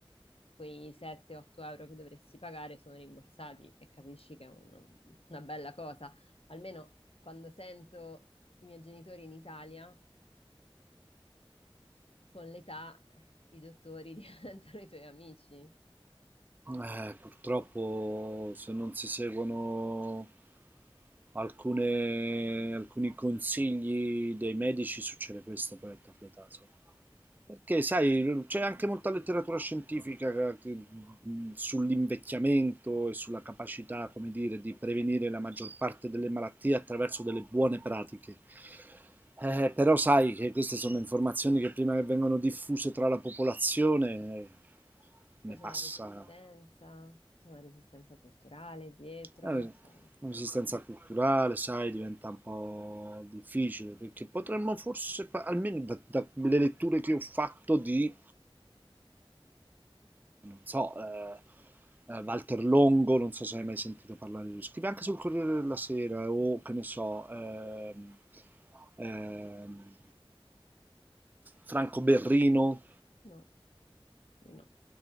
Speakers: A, on the left; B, on the right.
A: quei 7-8 euro che dovresti pagare sono rimborsati e capisci che è un- una bella cosa. Almeno quando sento i miei genitori in Italia, con l'età i dottori <laughs> diventano i tuoi amici.
B: Eh, purtroppo se non si seguono alcune- alcuni consigli dei medici succede questo poi a tarda età, sì. Perché sai, c'è anche molta letteratura scientifica che- mh, sull'invecchiamento e sulla capacità, come dire, di prevenire la maggior parte delle malattie attraverso delle buone pratiche. Eh, però sai che queste sono informazioni che prima che vengono diffuse tra la popolazione eh, ne
A: Poi c'è
B: passa
A: la resistenza, c'è una resistenza culturale dietro,
B: Eh,
A: c'è...
B: Un'esistenza culturale, sai, diventa un po' difficile perché potremmo forse, pa- almeno da- dalle letture che ho fatto di, non so, eh, eh, Walter Longo, non so se hai mai sentito parlare di lui, scrive anche sul Corriere della Sera o che ne so, ehm, ehm, Franco Berrino,
A: No, lui no.